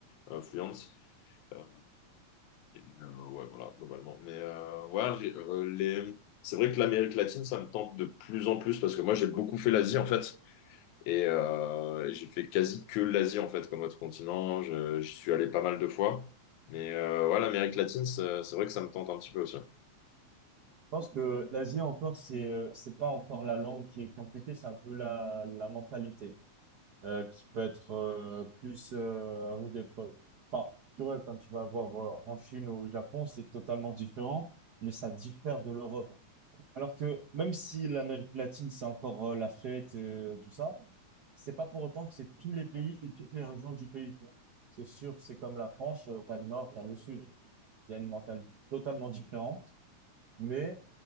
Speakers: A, on the left; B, on the right.
A: euh, fluente. Euh, et, euh, ouais, voilà, globalement. Mais euh, ouais, j'ai, euh, les... c'est vrai que l'Amérique latine, ça me tente de plus en plus parce que moi, j'ai beaucoup fait l'Asie, en fait. Et euh, j'ai fait quasi que l'Asie, en fait, comme autre continent. Je- J'y suis allé pas mal de fois. Mais euh, ouais, l'Amérique latine, c'est c'est vrai que ça me tente un petit peu aussi.
B: pense que l'Asie encore, c'est euh, c'est pas encore la langue qui est compliquée, c'est un peu la, la mentalité euh, qui peut être euh, plus euh, rude épreuve. Enfin, tu vois, quand tu vas voir voilà, en Chine ou au Japon, c'est totalement différent, mais ça diffère de l'Europe. Alors que même si l'Amérique latine, c'est encore euh, la fête, euh, tout ça, c'est pas pour autant que c'est tous les pays et toutes les régions du pays. C'est sûr, c'est comme la France, euh, t'as le nord, t'as le sud. Il y a une mentalité totalement différente, mais